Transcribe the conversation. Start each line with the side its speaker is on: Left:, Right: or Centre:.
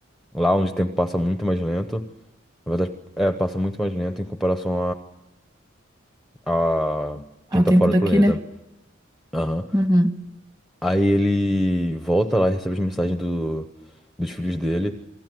Centre: lá onde o tempo passa muito mais lento. Na verdade, é, passa muito mais lento em comparação a
Right: Ao
Centre: quem tá
Right: tempo
Centre: fora
Right: daqui,
Centre: do planeta.
Right: né?
Centre: Aham.
Right: Uhum.
Centre: Aí ele volta lá e recebe as mensagens do, dos filhos dele.